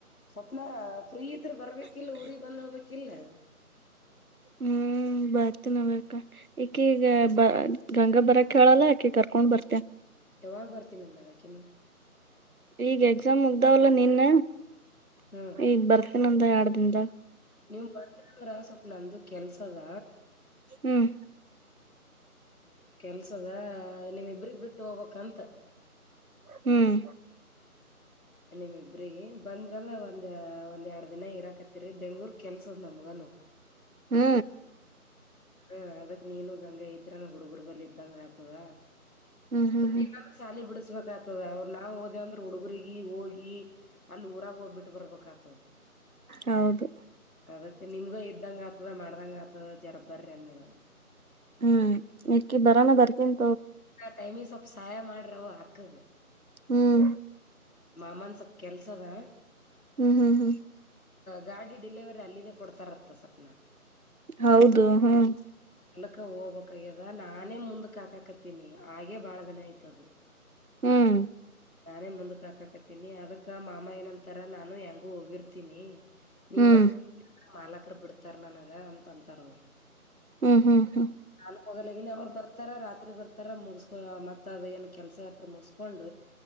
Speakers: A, on the left; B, on the right.
A: ಸ್ವಪ್ನ ಫ್ರೀ ಇದ್ರ ಬರ್ಬೇಕಿಲ್ಲ ಊಗ್ ಬಂದ ಹೋಗ್ಬೇಕಿಲ್ಲ ಹ
B: ಹ್ಮ್ ಬರ್ತ ನಾವಕ ಈಕಿ ಈಗ ಬ ಗಂಗಾ ಬರ ಹೇಳಲ್ಲ ಆಕಿ ಕರ್ಕೊಂಡ್ ಬರ್ತೆ
A: ಯಾವಾಗ ಬರ್ತೀನಿ ನಂದಾಡಕನು
B: ಈಗ ಎಕ್ಸಾಮ್ ಮುಗ್ದಾವಲ್ಲ ನಿನ್ನ
A: ಹ್ಮ್
B: ಈಗ ಬರ್ತೇನಂದ ಎಡ್ ದಿಂದದ
A: ನೀವ ಬಂದಂದ್ರ ಸ್ವಪ್ ನಂದು ಕೆಲ್ಸದ
B: ಹ್ಮ್
A: ಕೆಲ್ಸದ ನೀಮ ಇಬ್ರಗ್ ಬಿಟ್ಟು ಹೋಗ್ಬಕ್ಂತ
B: ಹ್ಮ್
A: ನಿಮ ಇಬ್ರಗ ಬಂದ್ರಲ್ ಒಂದ್ ಒಂದ್ ಎರಡ್ ದಿನ ಇರಾಕತ್ತರಿ ಬೆಂಗಳೂರು ಕೆಲ್ಸದ್ ನಮಗನು
B: ಹ್ಮ್
A: ಹ್ಮ ಅದಕ್ ನೀನು ಗಂಗಾ ಇದ್ರನ ಹುಡುಗರು ಬಲ್ಲಿ ಇದ್ದಂಗ ಆತದ
B: ಹ್ಮ್ ಹ್ಮ್
A: ಸ
B: ಹ್ಮ್
A: ಶಾಲಿ ಬಿಡ ಸ್ಬೇಕ ಆತದ ಅವ್ರು ನಾವವು ಹೋದೇವಂದ್ರ ಹುಗ್ರಗ ಹೋಗಿ ಅಲ್ಲಿ ಊರಾಗ ಹೋಗದ್ಬಿಟ್ಟು ಬರ್ಬೇಕ ಆತದ
B: ಹೌದು
A: ಅದಕ್ಕೆ ನಿಮ್ಗ ಇದ್ದಂಗ ಆತ ಮಾಡ್ದಂಗ ಅ ಜರ ಬರ್ರಂದಿಲ್ಲ
B: ಹ್ಮ್ ಎಕ್ಕಿ ಬರಾನ ಬರ್ತನ್
A: ಟೈಮಿಂಗ ಸ ಸಹಾಯ ಮಾಡ್ರವು ಹಕ್ಕದ
B: ಹ್ಮ್
A: ಮಾಮನ್ ಸ್ವಲ್ಪ ಕೆಲ್ಸದ
B: ಹ್ಮ್ ಹ್ಮ್ ಹ್ಮ್
A: ಗಾಡಿ ಡಿಲಿವರಿ ಅಲ್ಲಿದೆೇ ಕೊಡ್ತಾರತ್ತ ಸ್ವಪ್ನ
B: ಹೌದು ಹ್ಮ್
A: ಎಕ್ಕ ಹೋಗಬಬೇಕಕ್ಯ್ಯದ ನಾನೇ ಮುಂದಕ್ಕೆ ಹಕಕ ಹಾಗೆ ಬಹಳ ದಿನ ಆಯ್ತದ
B: ಹ್ಮ್
A: ನಾನೇ ಮುಂದಕ್ ಹಾಕಕತೀನಿ ಅದಕ್ಕ ಮಾಮ ಏನಂತರ ನಾನು ಹೆಂಗು ಹೋಗಿರ್ತೀನಿ ನೀ
B: ಹ್ಮ್
A: ಬಲ ಅ ಬಿಡ್ತಾರ ನನಗ ಅಂತ ಅಂತಾರ ಅವರು
B: ಹ್ಮ್ ಹ್ಮ್ ಹ್ಮ್
A: ನಾನು ಹೋಗಲಗನಿ ಅವ್ರು ಬರ್ತಾರ ರಾತ್ರಿ ಬರ್ತ ಆರ ಮುಗಕೋ ಮತ್ತ ಏನ್ ಕೆಲಸ ಇರ್ತಾ ಮು ಹಕ್ಕೊಂಡ